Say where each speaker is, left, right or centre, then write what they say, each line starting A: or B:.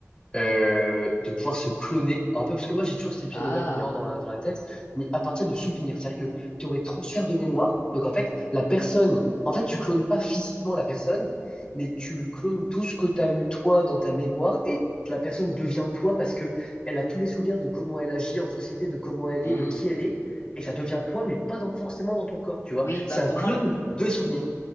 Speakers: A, on the left (about 20°); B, on the left (about 80°).
A: euh, de pouvoir se cloner un peu, parce que moi j'ai toujours cet épisode
B: Ah,
A: de Black Mirror dans la, dans la tête, mais à partir de souvenirs, c'est-à-dire que tu aurais transfert de mémoire, donc en fait la personne, en fait tu clones pas physiquement la personne, mais tu lui clones tout ce que tu as eu toi dans ta mémoire, et la personne devient toi parce que elle a tous les souvenirs de comment elle agit en société, de comment elle
B: hmm.
A: est, de qui elle est, et ça devient toi, mais pas dans, forcément dans ton corps, tu vois.
B: Oui, bah
A: C'est
B: pour
A: un clone
B: moi,
A: de souvenirs.